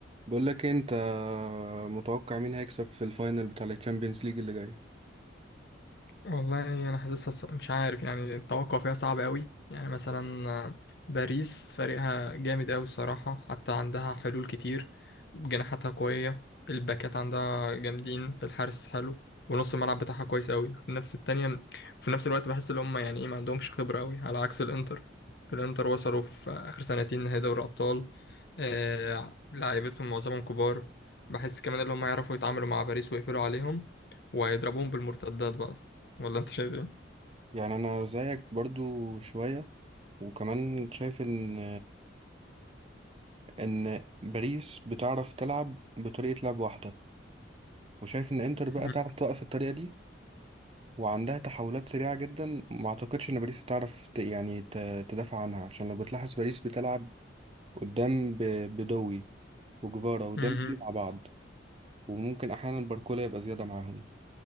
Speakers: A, on the right; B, on the left.
A: بقول لك إيه، انت متوقع مين هيكسب في الفاينل بتاع الشامبيونز ليج اللي جاي
B: والله انا حاسسها ص- مش عارف يعني التوقع فيها صعب قوي يعني مثلا باريس فريقها جامد قوي الصراحه حتى عندها حلول كتير جناحاتها قويه الباكات عندها جامدين الحارس حلو ونص الملعب بتاعها كويس قوي في نفس التانية في نفس الوقت بحس ان هم يعني ايه ما عندهمش خبره قوي على عكس الانتر الانتر وصلوا في اخر سنتين نهائي دوري ابطال آه لعيبتهم معظمهم كبار بحس كمان ان هم يعرفوا يتعاملوا مع باريس ويقفلوا عليهم وهيضربوهم بالمرتدات بقى ولا انت شايف ايه؟
A: يعني انا زيك برضو شوية وكمان شايف ان ان باريس بتعرف تلعب بطريقة لعب واحدة وشايف ان انتر بقى
B: مم.
A: تعرف توقف الطريقة دي وعندها تحولات سريعة جدا ما اعتقدش ان باريس تعرف ت... يعني ت... تدافع عنها عشان لو بتلاحظ باريس بتلعب قدام ب... بدوي وجفارا وديمبلي
B: مم.
A: مع بعض وممكن احيانا باركولا يبقى زيادة معاهم